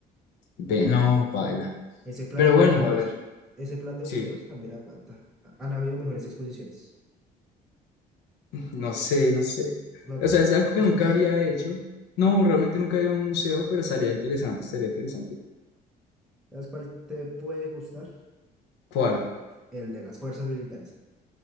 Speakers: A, on the left; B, in the centre.
A: ve, no,
B: Pero
A: paila.
B: ese plan
A: Pero
B: de
A: bueno,
B: museos,
A: a ver,
B: ese plan de
A: sí,
B: museos también aguanta. Ha- Han habido mejores exposiciones.
A: no sé, no sé.
B: ¿No te
A: O sea,
B: gustan
A: es algo
B: los museos?
A: que nunca habría hecho. No, realmente nunca he ido a un museo, pero estaría interesante, estaría interesante.
B: ¿Sabes cuál te puede gustar?
A: ¿Cuál?
B: El de las fuerzas militares.